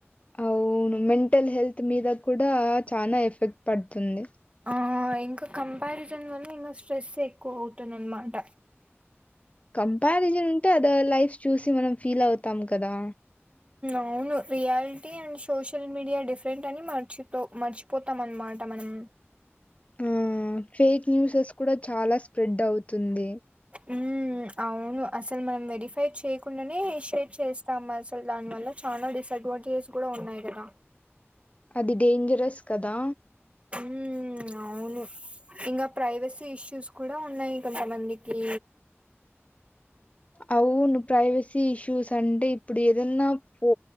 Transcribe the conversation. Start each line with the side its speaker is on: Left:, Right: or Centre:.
Left: అవును మెంటల్ హెల్త్ మీద కూడా చాల ఎఫెక్ట్ పడుతుంది
Right: ఆ ఇంకా కంపారిజన్ వల్ల ఇంకా స్ట్రెస్ ఎక్కువ అవుతుంది అనమాట
Left: కంపారిజన్ ఉంటే లైఫ్ చూసి మనం ఫీల్ అవుతాం కదా
Right: అవును reality and social media different అని మర్చిపో మర్చిపోతాం అన్నమాట మనం
Left: ఆ ఫేక్ న్యూసెస్ కూడా చాలా స్ప్రెడ్ అవుతుంది
Right: ఉమ్ అవును అసలు మనం వెరిఫై చేయకుండానే షేర్ చేస్తాము అసలు దాని వల్ల చాలా డిసడ్వాంటేజెస్ కూడా ఉన్నాయి కదా
Left: అది డేంజరస్ కదా
Right: ఉమ్, అవును ఇంగ ప్రైవసీ ఇష్యూస్ కూడా ఉన్నాయి కొంతమందికి
Left: అవును ప్రైవేస్ ఇష్యూస్ అంటే ఇప్పుడు ఏదన్నా పో